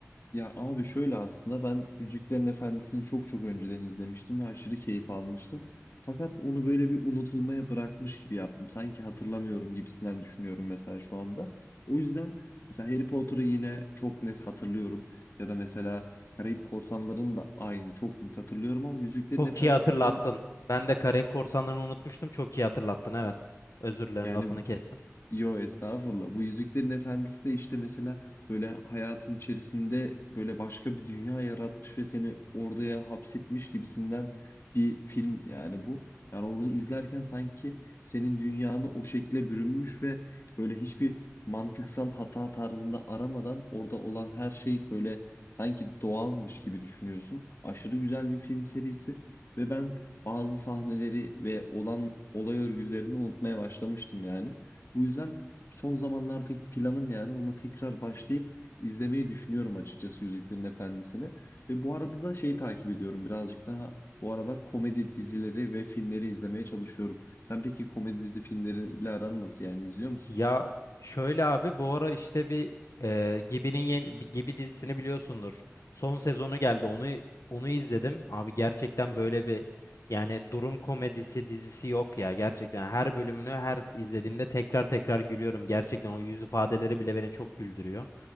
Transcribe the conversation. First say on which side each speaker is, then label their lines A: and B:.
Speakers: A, on the left; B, on the left.
A: Ya abi şöyle aslında ben Yüzüklerin Efendisi'ni çok çok önceden izlemiştim ve aşırı keyif almıştım. Fakat onu böyle bir unutulmaya bırakmış gibi yaptım. Sanki hatırlamıyorum gibisinden düşünüyorum mesela şu anda. O yüzden mesela Harry Potter'ı yine çok net hatırlıyorum. Ya da mesela Karayip Korsanları'nı da aynı çok net hatırlıyorum ama Yüzüklerin
B: Çok
A: Efendisi
B: iyi hatırlattın.
A: biraz
B: Ben de Karayip Korsanları'nı unutmuştum. Çok iyi hatırlattın evet. Özür dilerim
A: yani
B: lafını kestim.
A: Yo estağfurullah. Bu Yüzüklerin Efendisi de işte mesela böyle hayatın içerisinde böyle başka bir dünya yaratmış ve seni oraya hapsetmiş gibisinden bir film yani bu. Yani onu izlerken sanki senin dünyanı o şekle bürünmüş ve böyle hiçbir mantıksal hata tarzında aramadan orada olan her şey böyle sanki doğalmış gibi düşünüyorsun. Aşırı güzel bir film serisi ve ben bazı sahneleri ve olan olay örgülerini unutmaya başlamıştım yani. Bu yüzden son zamanlardaki planım yani ona tekrar başlayıp izlemeyi düşünüyorum açıkçası Yüzüklerin Efendisi'ni. Ve bu arada da şeyi takip ediyorum birazcık daha bu aralar komedi dizileri ve filmleri izlemeye çalışıyorum. Sen peki komedi dizi filmleriyle aran nasıl yani izliyor musun?
B: Ya şöyle abi bu ara işte bir e, Gibi'nin yeni bir Gibi dizisini biliyorsundur. Son sezonu geldi. Onu onu izledim. Abi gerçekten böyle bir yani durum komedisi dizisi yok ya. Gerçekten her bölümünü her izlediğimde tekrar tekrar gülüyorum. Gerçekten o yüz ifadeleri bile beni çok güldürüyor.